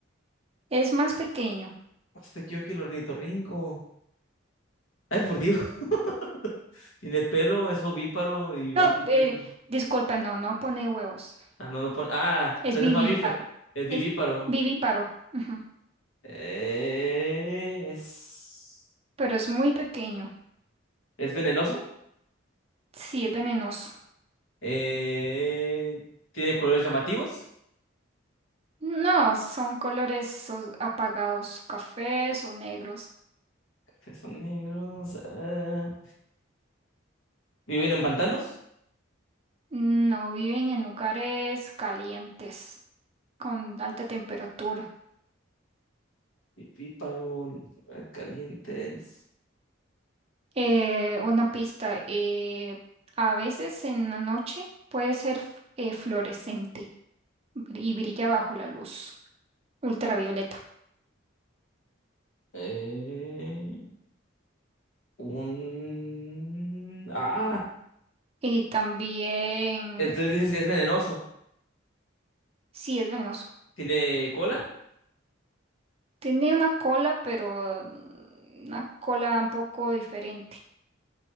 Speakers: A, on the right (about 30°); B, on the left (about 80°).
A: es más pequeño.
B: Más pequeño que el ornitorrinco. Ay, por Dios. <laughs> Tiene pelo, es ovíparo y
A: No,
B: más pequeño
A: eh,
B: que el ornitorrinco.
A: disculpa, no, no pone huevos.
B: Ah, no, no pone- Ah, entonces
A: Es vivíparo.
B: es mamífero. Es vivíparo.
A: Es vivíparo. ujú,
B: Eh, es...
A: Pero es muy pequeño.
B: ¿Es venenoso?
A: Sí, es venenoso.
B: Eh, tiene colores llamativos.
A: No, son colores os- apagados, cafés o negros.
B: Cafés son negros. ah, viven en pantanos.
A: No viven en lugares calientes, con alta temperatura.
B: Pipíparo, calientes.
A: Eh, una pista, eh, a veces en la noche puede ser f- eh, fluorescente. y brilla bajo la luz ultravioleta.
B: eh, un. Ah,
A: Y también,
B: entonces dices que es venenoso.
A: sí, es venenoso.
B: Tiene cola.
A: Tiene una cola, pero mm, una cola un poco diferente.